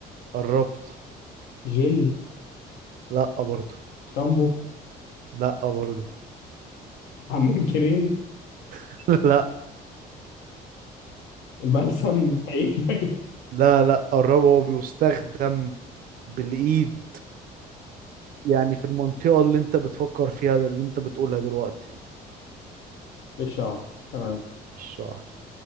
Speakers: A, on the right (about 55°); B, on the left (about 85°).
A: قربت
B: جل
A: لأ برضو
B: شامبو
A: لأ برضو
B: حمام كريم
A: <laughs> لا
B: بلسم اي حاجة
A: لا لا قربه هو بيستخدم بالإيد يعني في المنطقة اللي انت بتفكر فيها اللي انت بتقولها دلوقتي
B: في الشعر <laughs> تمام
A: الشعر